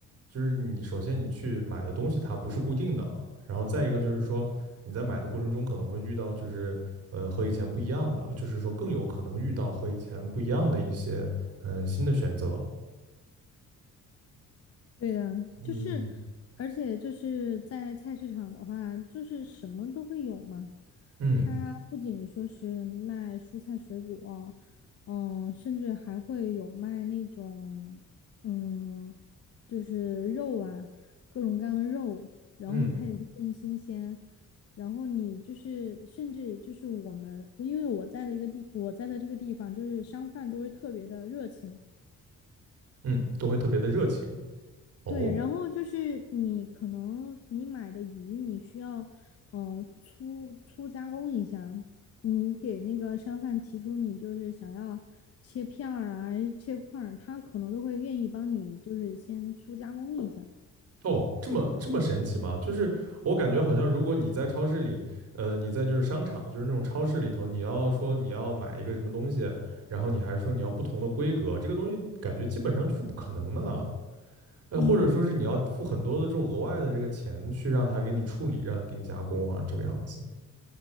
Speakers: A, on the right; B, on the left.
A: 就是你首先你去买的东西它不是固定的，然后再一个就是说你在买的过程中可能会遇到就是呃和以前不一样的，就是说更有可能遇到和以前不一样的一些呃新的选择，
B: 对的，
A: 嗯
B: 就是，而且就是在菜市场的话，就是什么都会有嘛。
A: 嗯
B: 它不仅说是卖蔬菜水果，嗯，甚至还会有卖那种，嗯，就是肉啊，各种各样的肉，然后它也会更新鲜。
A: 嗯
B: 然后你就是，甚至就是我们，因为我在的一个地，我在的这个地方，就是商贩都会特别的热情。
A: 嗯，都会特别的热情哦，
B: 对，然后就是你可能你买的鱼，你需要呃粗粗加工一下，你给那个商贩提出你就是想要切片儿啊、切块儿，他可能都会愿意帮你就是先粗加工一下。
A: 哦，这么这么神奇吗？就是我感觉好像，如果你在超市里，呃，你在就是商场，就是那种超市里头，你要说你要买一个什么东西，然后你还说你要不同的规格，这个东西感觉基本上就是不可能的啊，呃，
B: 嗯。
A: 或者说是你要付很多的这种额外的这个钱去让他给你处理，让你给你加工啊，这个样子。